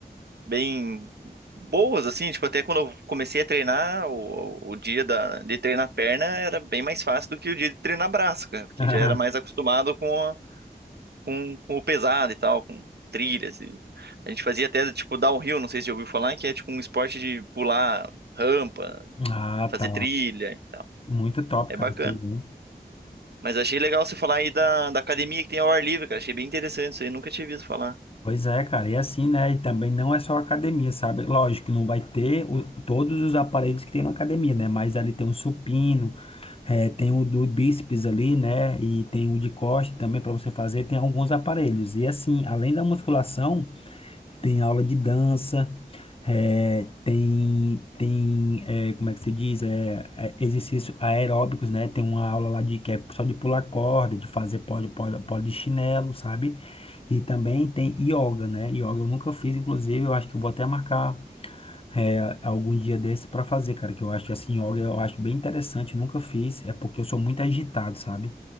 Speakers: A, on the right; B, on the left.
A: bem boas assim, tipo, até quando eu comecei a treinar, o, o dia da, de treinar perna era bem mais fácil do que o dia de treinar braço, cara, porque
B: <laughs>
A: já era mais acostumado com com, com o pesado e tal, com trilhas. E a gente fazia até tipo downhill, não sei se já ouviu falar, que é tipo um esporte de pular rampa,
B: Ah,
A: fazer
B: tá.
A: trilha e tal.
B: Muito top,
A: É
B: cara.
A: bacana.
B: isso aí, hein?
A: Mas achei legal você falar aí da, da academia que tem ao ar livre, cara. Achei bem interessante isso aí, nunca tinha visto falar.
B: Pois é, cara. E assim, né? E também não é só academia, sabe? Lógico que não vai ter o- todos os aparelhos que tem na academia, né? Mas ali tem o supino, eh, tem o do bíceps ali, né? E tem o de costa também para você fazer. Tem alguns aparelhos. E assim, além da musculação. tem aula de dança, é, tem, tem é, como é que se diz? É, é, exercício aeróbicos, né? Tem uma aula lá de que é só de pular corda, de fazer pole, pole, pole de chinelo, sabe? E também tem yoga, né? Yoga eu nunca fiz, inclusive, eu acho que eu vou até marcar é, algum dia desse para fazer, cara, que eu acho que assim, yoga eu acho bem interessante, nunca fiz, é porque eu sou muito agitado, sabe?